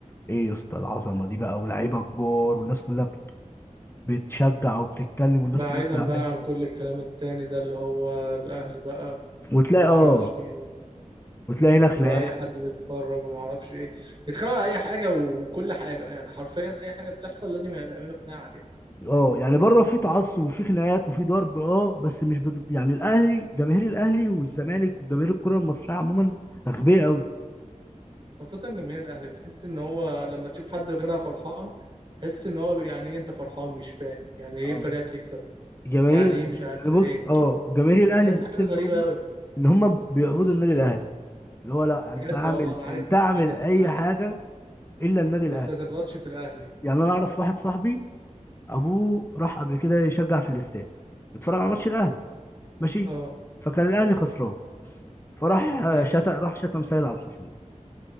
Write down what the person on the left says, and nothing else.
ايه يا اسطى العظمه دي بقى ولاعيبه كبار والناس كلها بتشجع وبتتكلم والناس
كلها بتلعب
وتلاقي
اه
وتلاقي هنا خناقات
اه يعني بره في تعصب وفي خناقات وفي ضرب اه بس مش بد... يعني الاهلي جماهير الاهلي والزمالك وجماهير الكره المصريه عموما اغبياء قوي
اه
جماهير
يعني
بص اه وجماهير الاهلي
تحس
ان هم
ان هم بيقبضوا النادي الاهلي اللي هو لا انت
اعمل
انت
اعمل
اي
حاجه الا النادي الاهلي
يعني انا اعرف واحد صاحبي ابوه راح قبل كده يشجع في الاستاد اتفرج على ماتش الاهلي ماشي
فكان الاهلي خسران فراح آه،
شتم راح شتم سيد عبد الحفيظ